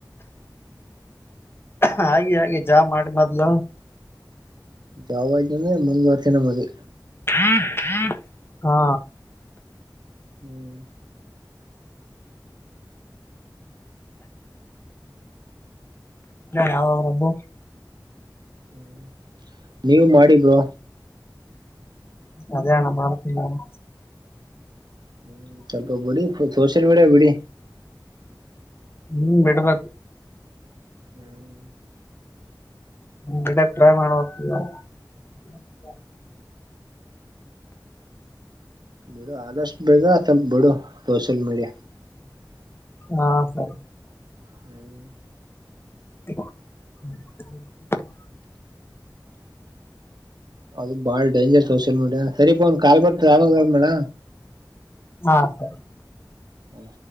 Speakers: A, on the left; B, on the right.
A: ಹಾಗೆ ಹಾಗೆ ಜಾಬ್ ಮಾಡಿ ಮೊದ್ಲು
B: ಜಾಬ್ ಅಯ್ತು ಅಂದ್ರೆ ಮುಂದನ್ ವರ್ಷನ ಮದ್ವೆ
A: ಹ ಹಾ
B: ಹ್ಮ್
A: ಯಾವ ಅವ್ರಬ್ಬು
B: ಹ್ಮ ನೀವು ಮಾಡಿ ಬ್ರೋ
A: ಅದೇಣ್ಣ ಮಾಡ್ತಿನಿ ನಾನು
B: ಹ್ಮ ಸ್ವಲ್ಪ ಬಿಡಿ ಸೋಷಿಯಲ್ ಮೀಡಿಯಾ ಬಿಡಿ
A: ಹ್ಮ್ ಬಿಡ್ಬೇಕು
B: ಹ್ಮ್
A: ಬಿಡಕ್ ಟ್ರೈ ಮಾಡ್ಬೇಕು ಈಗ ಹ
B: ಬಿಡು ಆದಷ್ಟು ಬೇಗ ಸ್ವಲ್ಪ ಬಿಡು ಸೋಷಿಯಲ್ ಮೀಡಿಯಾ
A: ಹಾ ಸರಿ
B: ಹ್ಮ್
A: <inaudible>
B: ಅದು ಬಾಳ ಡೇಂಜರ್ ಸೋಷಿಯಲ್ ಮೀಡಿಯಾ ಸರಿಪ ಒಂದ್ ಕಾಲ್ ಬರ್ತಿದೆ ಆಮೇಲ್ ಕಾಲ್ ಮಾಡ್ಲಾ
A: ಹಾ ಸರಿ
B: ಹ